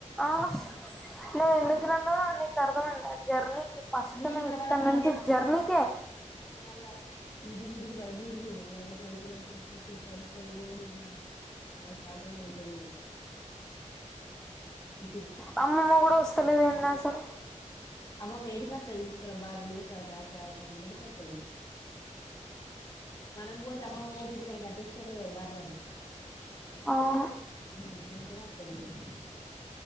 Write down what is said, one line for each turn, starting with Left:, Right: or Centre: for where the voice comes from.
Centre: ఆ నువ్వు ఎందుకునన్నవో నీకు అర్థమైంద జర్నీకి. ఫస్ట్
Left: నీ
Centre: నువ్వు
Left: ఇక్కడ మళ్ల పనిచేస్
Centre: నుంచి
Left: <unintelligible>
Centre: జర్నీకే
Left: ఆ మళ్ళ ఇటు తిరుగుడు, అటు తిరుగుడు మల్లాసారి పొలం కాడికొచ్చి, పనికాడికి పోవుడు ఇంగా నా చాతనే అయితలేదు. ఈ తిరుగు
Centre: ఆ అమ్మమ్మ కూడ వస్తలేద్ ఏందసలు?
Left: అమ్మమ్మ ఏడికత్తది ఇంటికాడ బర్లు, కటా, కాత అని ఏడికత్తది? మనం పోతే, అమ్మమ్మ పోతే, ఇంటికాడ కట్టించినోళ్ ఎవరు బర్లని?
Centre: అవును
Left: మ్మ్ అందుకనే అత్తలేదు ఫస్ట్